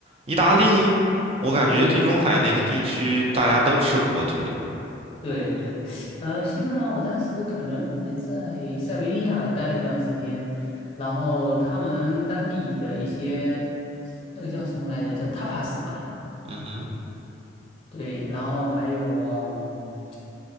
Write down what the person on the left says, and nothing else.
嗯，
对。对对，呃，西班牙，我当时可能还在塞维利亚待了一段时间，然后他们当地的一些那个叫什么来着，叫 tapas 吧，
对，然后还有嗯，